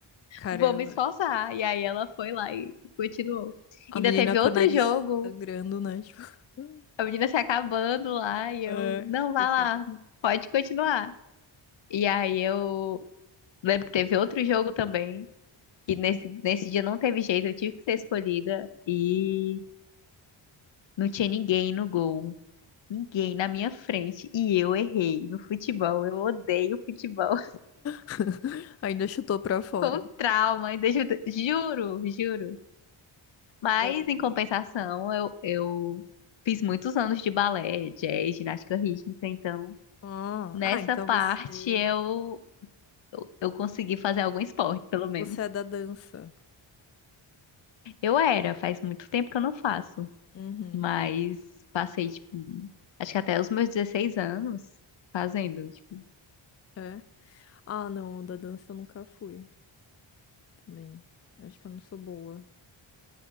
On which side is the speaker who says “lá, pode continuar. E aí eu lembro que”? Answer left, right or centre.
Left